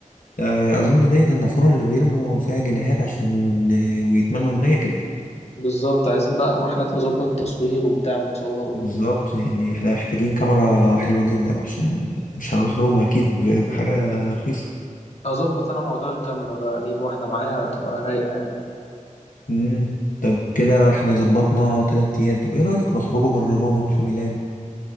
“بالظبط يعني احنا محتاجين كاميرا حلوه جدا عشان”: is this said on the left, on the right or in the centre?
Left